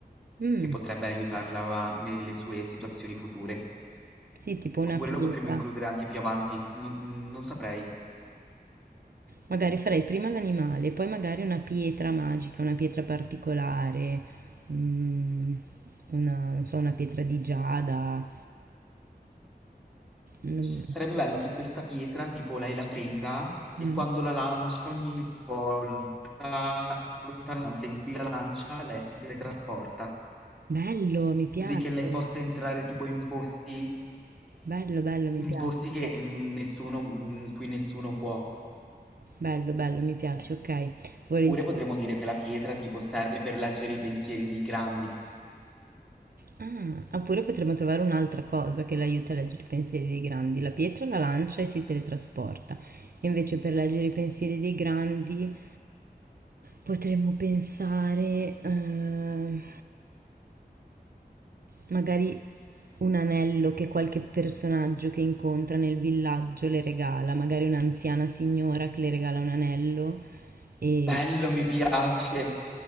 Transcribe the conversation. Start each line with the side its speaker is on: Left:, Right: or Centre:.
Right: Mm,
Centre: che potrebbe aiutarla nelle sue situazioni future.
Right: sì, tipo una
Centre: Oppure
Right: pietra.
Centre: lo potremmo includere anche più avanti, non non saprei.
Right: Magari farei prima l'animale, poi magari una pietra magica, una pietra particolare, mm, una, non so, una pietra di giada. Mm,
Centre: Sarebbe bello che questa pietra, tipo, lei la prenda e
Right: Mm.
Centre: quando la lancia, ogni volta, la lontananza in cui la lancia, lei si teletrasporta,
Right: Bello, mi piace.
Centre: così che lei possa entrare tipo in posti,
Right: Bello, bello, mi
Centre: in
Right: piace,
Centre: posti
Right: mi
Centre: che
Right: piace.
Centre: mm, nessuno, mm, in cui nessuno può.
Right: Bello, bello, mi piace, ok. Volentieri.
Centre: Oppure potremmo dire che la pietra tipo serve per leggere i pensieri dei grandi.
Right: Ah, oppure potremmo trovare un'altra cosa che l'aiuta a leggere i pensieri dei grandi. La pietra la lancia e si teletrasporta. Invece per leggere i pensieri dei grandi potremmo pensare... ehm, magari un anello che qualche personaggio che incontra nel villaggio le regala, magari un'anziana signora che le regala un anello e
Centre: Bello, mi piace.